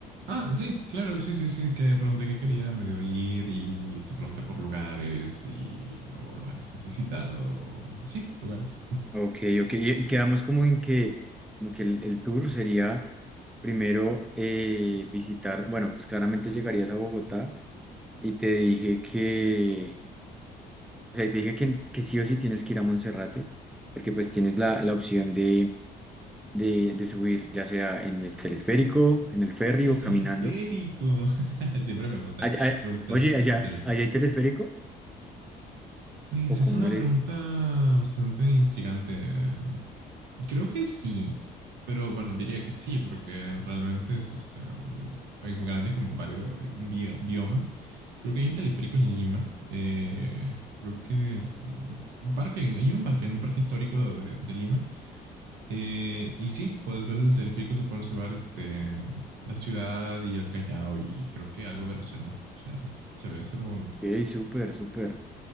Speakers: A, on the right (about 85°); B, in the centre.
A: Ah, sí, claro, sí, sí, sí, que pregunté qué quería medio ir y te pregunté por lugares y o lugares que has visitado. Sí, lugares.
B: Ok, ok, y, y quedamos como en que, en que el, el tour sería primero eh, visitar, bueno, pues claramente llegarías a Bogotá y te dije que, O sea, y te dije que, que sí o sí tienes que ir a Monserrate, porque pues tienes la, la opción de, de, de subir, ya sea en el telesférico, en el ferry
A: El
B: o
A: teleférico.
B: caminando.
A: <laughs> Siempre me gusta,
B: Ay- ay-
A: me gustan
B: oye, allá,
A: el teleférico.
B: allá hay telesférico,
A: Pues
B: o
A: es
B: como
A: una
B: le...
A: pregunta bastante intrigante. Eh, Creo que sí, pero bueno, diría que sí, porque realmente es este, un país muy grande con varios, un bio- bioma. Creo que hay un teleférico en Lima. eh, creo que mm, un parque, hay un parque, en un parque histórico de, de Lima. Eh, y sí, puedes ver del teleférico, se puede observar este, la ciudad y el Callao y creo que algo del océano. O sea, se ve, se ve bonito.
B: ¡Ey, súper, súper!